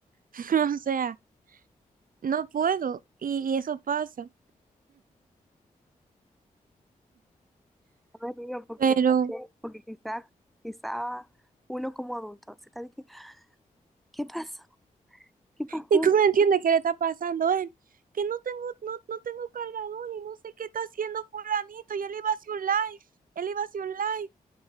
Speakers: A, on the right; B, in the centre.
A: <laughs> O sea, no puedo. Y, y eso pasa.
B: No me río porque,
A: Pero,
B: que también- porque quizá, quizá uno como adulto se está diciendo, ¿qué pasó? ¿Qué pasó?
A: y tú no entiendes qué le está pasando a él. Que no tengo, no, no tengo cargador y no sé qué está haciendo fulanito. Y él iba a hacer un live. Él iba a hacer un live.